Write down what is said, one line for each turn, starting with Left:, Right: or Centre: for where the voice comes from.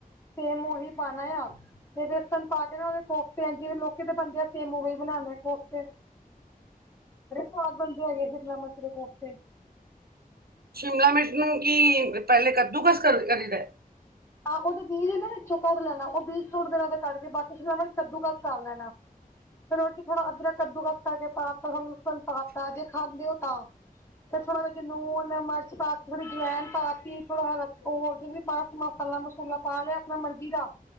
Left: ਸੇਮ ਓਹੀ ਪਾਨਾ? ਤੇ ਬੇਸਨ ਪਾਕੇ ਨਾ ਓਦੇ ਕੋਫਤੇ ਐ ਜਿਵੇਂ ਲੋਕੀ ਦੇ ਬਨਦੇ ਆ, ਸੇਮ ਓਵੇਂ ਹੀ ਬਨਾਨੇ ਆ ਕੋਫਤੇ। ਬੜੇ ਸਵਾਦ ਬਨਦੇ ਹੈਗੇ, ਸ਼ਿਮਲਾ ਮਰਚ ਦੇ ਕੋਫਤੇ।
Right: ਸ਼ਿਮਲਾ ਮਿਰਚ ਨੂੰ ਕੀ, ਪੈਲੇ ਕੱਦੂਕਸ ਕਰ ਕਰੀਦੈ?
Left: ਆਹ ਉਹਦੇ ਬੀਜ ਇਹ ਨਾ ਵਿੱਚੋਂ ਤੋੜ ਲੈਣਾ ਉਹ ਬੀਜ ਸੁੱਟ ਦੇਣਾ ਕੱਢ ਕੇ ਬਾਕੀ ਸ਼ਿਮਲਾ ਮਿਰਚ ਕੱਦੂ ਕੱਸ ਕਰ ਲੈਣਾ। ਫ਼ਿਰ ਉਹ ਚ ਥੋੜਾ ਅਦਰਕ ਕੱਦੂਕੱਸ ਕਰ ਕੇ ਪਾਤਾ ਲਸਣ ਲੁਸਣ ਪਾਤਾ ਜੇ ਖਾਂਦੇ ਉਹ ਤਾਂ। ਫਿਰ ਵਿੱਚ ਥੋੜਾ ਨੂਨ ਮਿਰਚ ਪਾ ਥੋੜੀ ਜਵੈਨ ਪਾ ਤੀ ਥੋੜਾ ਹੋ ਹੋਰ ਸਮਾ- ਮਸਾਲਾ ਮਸੂਲਾ ਪਾ ਲਿਆ ਆਪਣਾ ਮਰਜ਼ੀ ਦਾ-